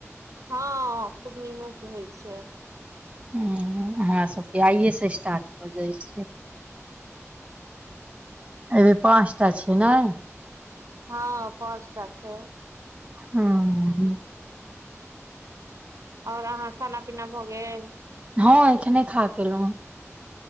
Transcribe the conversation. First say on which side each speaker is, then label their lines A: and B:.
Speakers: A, on the right; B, on the right.
A: हँ पूर्णिमा से होइ छै।
B: ह हमरा सबके आइएसँ स्टार्ट भऽ जाइ छै। अइ बेर पाँच टा छीयै ने?
A: हँ पाँचटा छै।
B: हँ-हँ
A: आओर अहाँ खाना-पीना भऽ गेल?
B: हँ एखने खा के एलहुँ हन।